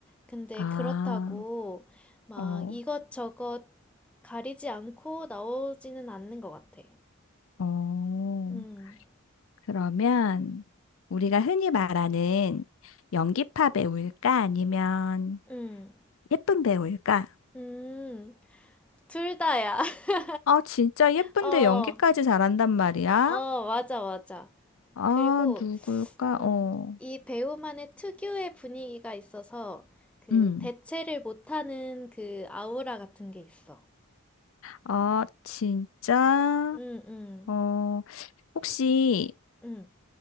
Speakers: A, in the centre; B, on the left.
A: 근데
B: 아,
A: 그렇다고 막
B: 어,
A: 이것저것 가리지 않고 나오지는 않는 것 같아.
B: 어.
A: 음,
B: 그러면 우리가 흔히 말하는 연기파 배우일까? 아니면
A: 음,
B: 예쁜 배우일까?
A: 음, 둘 다야. <laughs>
B: 아, 진짜 예쁜데
A: 어,
B: 연기까지 잘한단 말이야?
A: 어, 맞아, 맞아.
B: 아,
A: 그리고,
B: 누굴까?
A: 음,
B: 어.
A: 이 배우만의 특유의 분위기가 있어서 그
B: 음.
A: 대체를 못하는 그 아우라 같은 게 있어.
B: 아, 진짜
A: 음, 음,
B: 어, 혹시
A: 음,